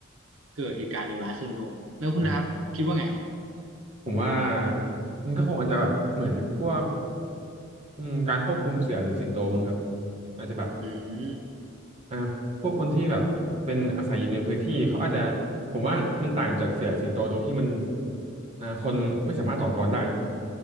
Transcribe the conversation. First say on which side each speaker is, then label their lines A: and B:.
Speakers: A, on the right; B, on the right.
A: เกิดเหตุการณ์เลวร้ายขึ้นครับผมแล้วคุณดาบคิดว่าไงครับ
B: อ่าครับผมว่ามันก็คงอาจจะแบบเหมือนพวกอืมการควบคุมเสือหรือสิงโตมั้งครับอาจจะแบบ
A: อืม
B: อ่าพวกคนที่แบบเป็นอาศัยอยู่ในพื้นที่เขาอาจจะผมว่ามันต่างจากเสือสิงโตตรงที่มันอ่าคนไม่สามารถต่อกรได้เนอะ